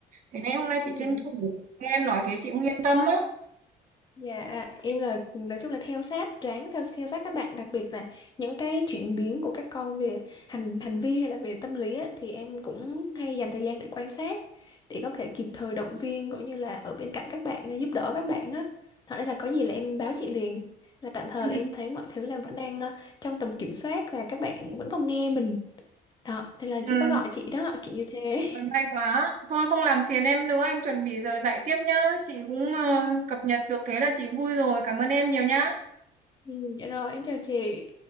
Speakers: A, on the right; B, on the left.
A: Thế nên hôm nay
B: Ừ.
A: chị tranh thủ nghe em nói thế chị cũng yên tâm á.
B: Dạ, em là nói chung là theo sát, ráng theo theo sát các bạn, đặc biệt là những cái chuyển biến của các con về hành hành vi hay là về tâm lý á, thì em cũng hay dành thời gian để quan sát để có thể kịp thời động viên cũng như là ở bên cạnh các bạn ờ, giúp đỡ các bạn á. Đó nên là có gì là em báo chị liền. Là tạm thời
A: Ừ,
B: là em thấy mọi thứ là vẫn đang ờ, trong tầm kiểm soát và các bạn vẫn còn nghe mình. Đó, nên là
A: ừ,
B: chưa có gọi chị đó, kiểu như thế.
A: rồi may quá. Thôi không làm phiền em nữa, em chuẩn bị giờ dạy tiếp nhá. Chị cũng ờ,
B: Ừ,
A: cập nhật được thế là chị vui rồi. Cảm ơn em nhiều nhá.
B: Ừ, dạ rồi, em chào chị.